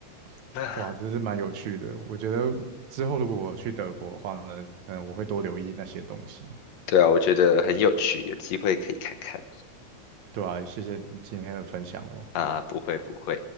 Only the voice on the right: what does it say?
<laughs>
哇，这是蛮有趣的，我觉得之后如果我去德国的话呢，嗯，我会多留意那些东西。
对啊，谢谢你今天的分享哦。